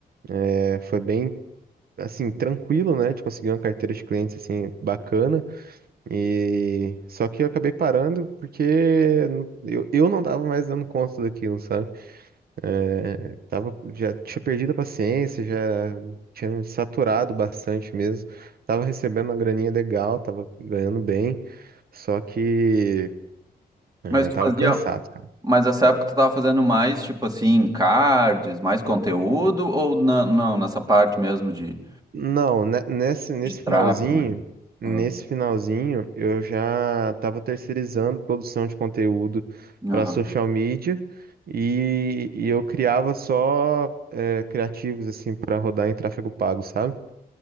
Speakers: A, on the right; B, on the right.
A: é, foi bem, assim, tranquilo, né? De conseguir uma carteira de clientes, assim, bacana, e só que eu acabei parando porque eu, eu não tava mais dando conta daquilo, sabe? É, tava, já tinha perdido a paciência, já tinha me saturado bastante mesmo. Tava recebendo uma graninha legal, tava ganhando bem, só que é,
B: Mas tu
A: tava
B: fazia,
A: cansado, cara.
B: mas nessa época tu tava fazendo mais, tipo assim, cards, mais conteúdo, ou na- não, nessa parte mesmo de,
A: Não, ne- nesse, nesse
B: de
A: finalzinho,
B: tráfego? e-
A: nesse
B: Ah,
A: finalzinho, eu já estava terceirizando produção de conteúdo
B: Aham.
A: para social media e, e eu criava só é, criativos assim para rodar em tráfego pago, sabe?